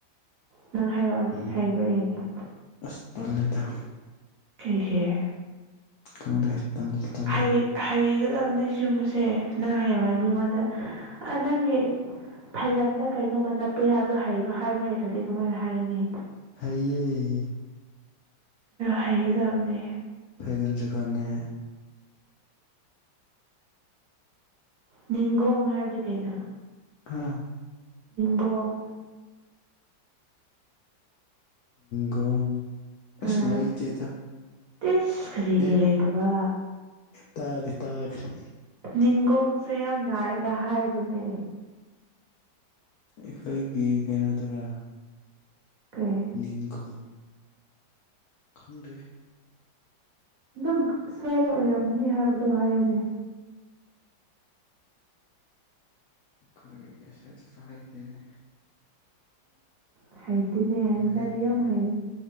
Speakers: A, on the right (about 50°); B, on the left (about 70°).
A: ꯅꯪ ꯍꯩꯔꯛꯑꯣꯅꯦ
B: ꯎꯝ
A: ꯍꯩꯕ ꯌꯦꯡꯉꯦ
B: ꯑꯁ ꯇꯜꯂꯦꯗ
A: ꯑꯩꯗꯒꯤꯦ
B: ꯈꯪꯗꯦ ꯇꯜꯗꯤ ꯇꯜꯂꯦ
A: ꯍꯩ ꯍꯩ ꯆꯒꯂꯕꯅꯦ ꯁꯤꯨꯝꯕꯁꯦ ꯅꯪ ꯍꯥꯏꯌꯦꯌꯨ ꯍꯥꯏ ꯃꯤꯉꯣꯟꯗ ꯅꯪꯒꯤ ꯐꯩꯒꯟꯗ ꯀꯩꯅꯣꯝꯃ ꯅꯞꯄꯦ ꯍꯥꯏꯕꯗꯣ ꯍꯩꯕ ꯍꯥꯏꯕ ꯍꯩꯇ꯭ꯔꯗꯤ ꯀꯃꯥꯏꯅ ꯍꯥꯏꯒꯅꯤ
B: ꯍꯩꯌꯦ
A: ꯍꯒꯗꯕꯅꯤ
B: ꯒꯟꯁꯨ ꯈꯉꯦ
A: ꯅꯤꯒꯣꯡ ꯍꯥꯏꯕꯗꯤ ꯀꯩꯅꯣ
B: ꯑ
A: ꯒꯣꯡ
B: ꯒꯣ ꯑꯁ
A: ꯑꯥ
B: ꯂꯩꯥꯏꯇꯦ ꯇ
A: ꯇꯤꯁ ꯀꯔꯤꯒꯤ
B: ꯑꯦ
A: ꯂꯩꯇꯕ
B: ꯇꯥꯗꯤ ꯇꯥꯈ꯭ꯔꯦ
A: ꯅꯤꯒꯣꯡꯁꯦ ꯌꯥꯝ ꯅꯥꯏꯒ ꯍꯥꯏꯕꯅꯦ
B: ꯑꯩꯈꯣꯏꯒꯤ ꯀꯩꯅꯣꯗꯨꯔꯥ
A: ꯀꯩ
B: ꯅꯤꯡꯒꯣ ꯈꯪꯗꯦ
A: ꯑꯗꯨꯝ ꯁ꯭ꯋꯥꯏꯗ ꯑꯣꯏꯔꯝꯒꯅꯤ ꯍꯥꯏꯕꯗꯣ ꯍꯥꯏꯌꯨꯅꯦ
B: ꯑꯩꯈꯣꯏ ꯉꯁꯥꯏꯗꯁꯨ ꯍꯥꯏꯩꯇꯦꯅꯦ
A: ꯑ ꯍꯩꯇꯅꯦ ꯌꯦꯁꯗꯤ
B: ꯍꯥꯏꯕ꯭ꯔꯥ
A: ꯌꯥꯝ ꯍꯩ